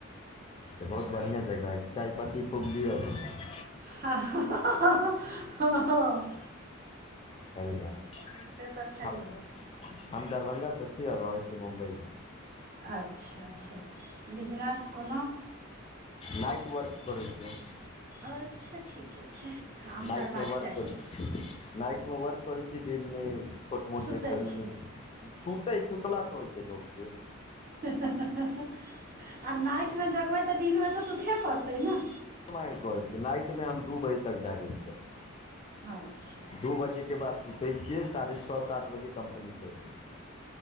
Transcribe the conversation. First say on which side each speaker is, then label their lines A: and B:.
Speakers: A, on the left (about 30°); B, on the right (about 45°).
A: बहुत बढ़िआँ जगह अइछ। चायपत्ती खूब लिअ ओतऽ स।
B: हँ-हँ।
A: सही बात,
B: से तऽ छैहे
A: हम हम दरभंगा सँ छी और रहै छी मुम्बई में।
B: आच्छा-अच्छा, बिजनेस कोनो
A: नाइट वर्क करै छियै हम।
B: अच्छा ठीके छै। काम
A: नाइक
B: करबाक
A: में वर्क
B: चाही
A: करै छी। नाइट में वर्क करै छियै दिन में छोट मोट
B: सुतै
A: जे कनि
B: छी
A: मनि सुतै सुतलासँ होइ छै लोक के।
B: हं-हं-हं-हं आ नाइट में जगबै तऽ दिन में तऽ सुतबे पड़तै न।
A: कमाई करै छी नाइट में हम दू बजे तक जागै छियै।
B: अच्छा
A: दू बजे के बाद सुतै छियै साढ़े छऽ सात बजे कम्पनी छोइड़ दै छियै।